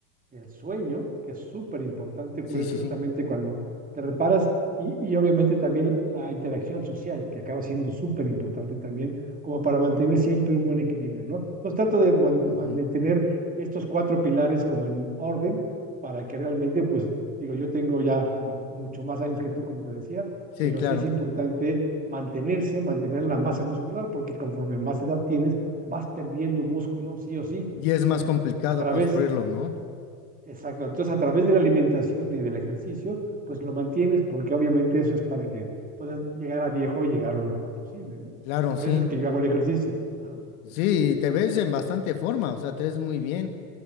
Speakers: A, on the right (about 15°); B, on the left (about 55°).
A: el sueño, que es súper importante, pues
B: Sí, sí,
A: justamente
B: sí.
A: cuando te reparas, y, y obviamente también la interacción social, que acaba siendo súper importante también, como para mantener siempre un buen equilibrio, ¿no? Entonces trato de man-
B: Ujú.
A: mantener estos cuatro pilares como en orden para que realmente, pues, digo, yo tengo ya mu- mucho más años que tú, como te decía,
B: Sí,
A: pero
B: claro.
A: sí es importante mantenerse, mantener la masa muscular, porque conforme más edad tienes, vas perdiendo músculo, sí o sí.
B: Y es
A: Entonces,
B: más complicado
A: a través
B: construirlo, ¿no?
A: Exacto. Entonces, a través de la alimentación y del ejercicio, pues lo mantienes porque obviamente eso es para que puedas llegar a viejo y llegar lo mejor posible, ¿no?
B: Claro,
A: Por
B: sí.
A: eso es que yo hago el ejercicio. Ajá.
B: Sí, y te ves en bastante forma, o sea, te ves muy bien.